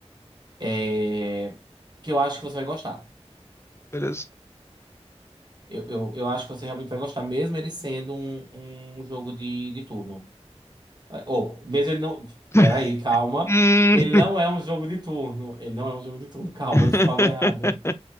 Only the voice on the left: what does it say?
beleza.
<laughs>
Hum.
<laughs>